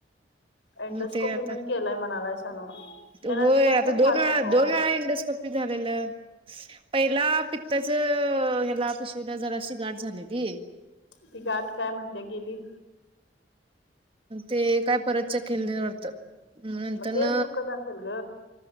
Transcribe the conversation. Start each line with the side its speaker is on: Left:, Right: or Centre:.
Left: एंडोस्कोपी
Right: मग ते आता
Left: पण केलाय म्हणालायसा नव्ह त्याला
Right: होय
Left: मी काय
Right: आता
Left: तर झालत
Right: दोन वेळा
Left: नव्ह
Right: दोन वेळा इंडस्कोप झालेलं पहिला पित्ताच ह्याला पिशवीला जराशी गाठ झालेली
Left: ती गाठ काय म्हणते गेली
Right: ते काय परतच्या खेल्वरतं नंतर
Left: मग तेच
Right: न
Left: दुखत असेल ग